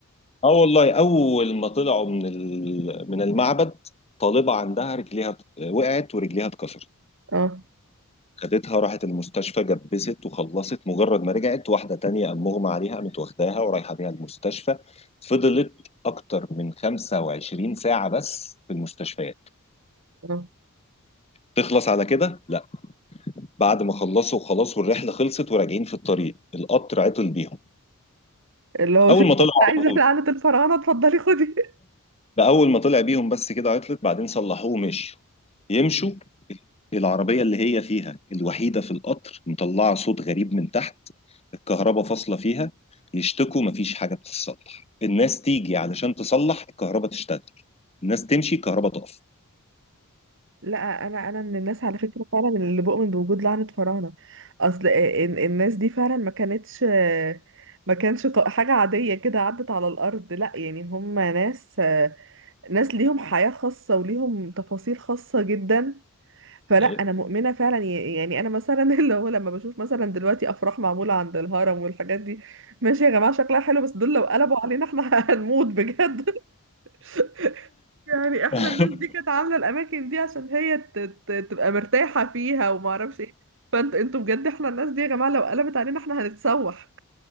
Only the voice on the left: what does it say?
اه والله اول ما طلعوا من ال... من المعبد طالبة عندها رجليها وقعت ورجليها اتكسرت
خدتها راحت المستشفى جبست وخلصت مجرد ما رجعت واحدة تانية قام مغمى عليها قامت واخداها ورايحة بيها المستشفى فضلت أكتر من 25 ساعة بس في المستشفيات
تخلص على كده؟ لا بعد ما خلصوا وخلاص والرحلة خلصت وراجعين في الطريق القطر عطل بيهم
أول
ما طلعوا
على طول
ده أول ما طلع بيهم بس كده عطلت بعدين صلحوه ومشوا يمشوا العربية اللي هي فيها الوحيدة في القطر مطلعة صوت غريب من تحت الكهرباء فاصلة فيها يشتكوا مفيش حاجة بتتصلح الناس تيجي علشان تصلح الكهرباء تشتغل الناس تمشي الكهرباء تقف
يعني
<laughs>
آه